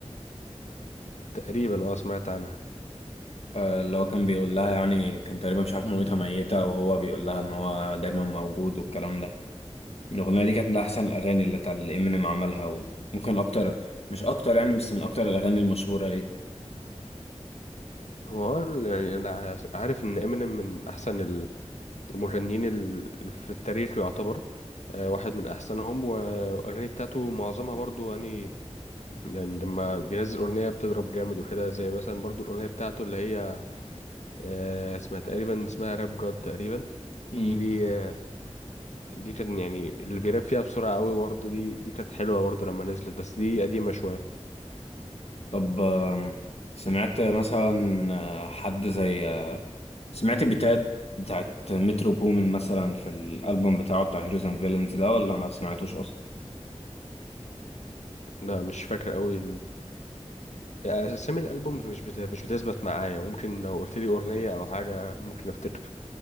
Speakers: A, on the left; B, on the left.
A: تقريبا اه سمعت عنها
B: آه، اللي هو كان بيقول لها يعني كان تقريبا مش عارف مامتها ميتة وهو بيقول لها إن هو دايما موجود والكلام ده الأغنية دي كانت من أحسن الأغاني اللي بتاع اللي إمينيم عملها وممكن أكتر مش أكتر يعني بس من أكتر الأغاني المشهورة
A: هو اه يعني انا عاس- عارف ان امينيم من احسن المغنيين ال- في التاريخ يعتبر آه، واحد من احسنهم والاغاني بتاعته معظمها برضو يعني لأن لما بينزل اغنيه بتضرب جامد وكده زي مثلا برضو الاغنيه بتاعته اللي هي آه، اسمها تقريبا اسمها راب جاد تقريبا
B: مم.
A: دي آه، دي كان يعني اللي بيراب فيها بسرعه قوي برضو دي دي كانت حلوه برضو لما نزلت بس دي قديمه شويه
B: طب آم، سمعت مثلا آه، حد زي آه، سمعت بتاعت بتاعت مترو بومن مثلا في الألبوم بتاعه بتاع هيروز اند فيلنز ده ولا ما سمعتوش أصلا
A: لا مش فاكر قوي اسامي الالبومز مش بت... مش بتثبت معايا ممكن لو قلت لي اغنيه او حاجه ممكن افتكر